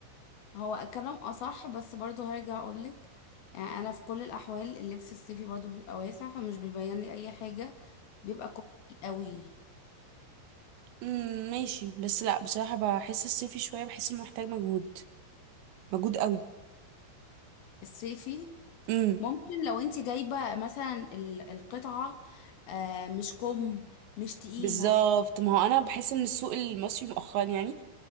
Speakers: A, on the left (about 60°); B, on the right (about 75°).
A: هو كلام أصح بس برضه هرجع أقولك آه، أنا في كل الأحوال اللبس الصيفي برضه بيبقى واسع فمش بيبين لي أي حاجة بيبقى كومفي قوي
B: امم ماشي بس لا بصراحة بحس الصيفي شوية بحس انه محتاج مجهود مجهود قوي
A: الصيفي
B: امم
A: ممكن لو انت جايبة مثلا ال- القطعة آه، مش كم مش تقيلة
B: بالظبط ما هو انا بحس ان السوق المصري مؤخرا يعني